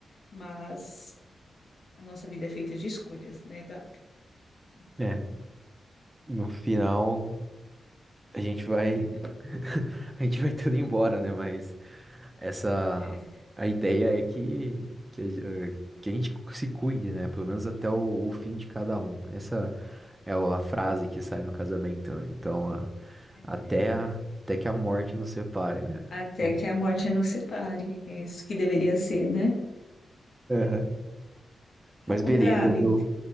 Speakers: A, on the left (about 60°); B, on the right (about 20°).
A: Mas a nossa vida é feita de escolhas, né, Gabi? Então,
B: É. No final, a gente vai.
A: <laughs>
B: <laughs> A gente vai tudo embora, né? Mas. Essa
A: é,
B: a ideia é que, que, a eh, que a gente se cuide, né? Pelo menos até o, o fim de cada um. Essa é o- a frase que sai no casamento, né? Então, a-
A: é,
B: até, a- até que a morte nos separe, né?
A: até
B: Então,
A: que a morte nos separe, é isso que deveria ser, né?
B: Aham. Mas
A: Ô,
B: beleza,
A: Gabi,
B: viu?